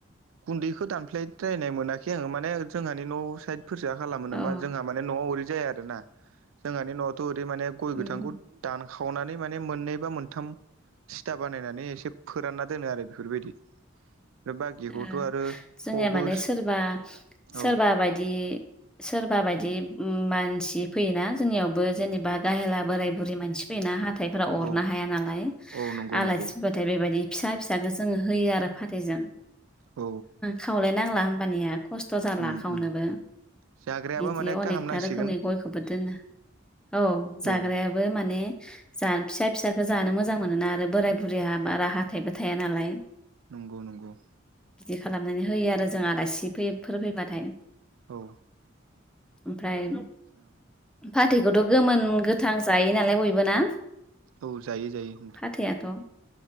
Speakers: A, on the right; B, in the centre.
A: गुन्दैखौ दानफ्लायद्रायनाय मोनाखै आङो माने जोंहानि न' साइदफोरसो खालामो
B: औ
A: नामा जोंहा माने न'आव ओरै जाया आरो ना जोंहानि न'आवथ' ओरै माने गय
B: उम
A: गोथांखौ दानखावनानै माने मोननै बा मोनथाम था बानायनानै एसे फोरानना दोनो आरो बेफोरबायदि ओमफ्राय बाखिखौथ'
B: उम
A: आरो फबो
B: जोंनिया माने सोरबा
A: औ
B: सोरबा बायदि सोरबा बायदि मानसि फैयोना जोंनियावबो जेनेबा गाहेला बोराय बुरै मानसि फैना हाथायफोरा अरनो
A: औ
B: हाया नालाय
A: औ नंगौ
B: आलासि
A: नंगौ
B: फैबाथाय बेबायदि फिसा फिसाखौ जोङो होयो आरो फाथैजों
A: औ
B: खावलायनांला होमबानिया खस्थ' जाला
A: उम
B: खावनोबो
A: उम जाग्रायाबो
B: बिदि
A: माने
B: अनेकथा
A: गाहाम नांसिगोन
B: रोखोमै गय बो दोनो औ जाग्रायाबो
A: औ
B: माने जान फिसा फिसखौ जानो मोजां मोनोना आरो बोराय बुरिया बारा हाथाइबो थाया नालाय
A: नंगौ नंगौ
B: बिदि खालामनानै होयो आरो जों आलासि फैफोर फैबाथाय
A: औ
B: ओमफ्राय
A: औ
B: फाथैखौथ' गोमोन गोथां जायो नालाय बयबो ना
A: औ जायो जायो नोंथां
B: फाथैयाथ'